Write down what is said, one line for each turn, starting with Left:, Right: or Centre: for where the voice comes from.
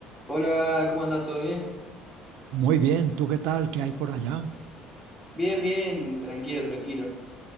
Centre: Hola, ¿cómo andás? ¿Todo bien?
Right: Muy bien, ¿tú qué tal? ¿Qué hay por allá?
Centre: Bien, bien, tranquilo, tranquilo.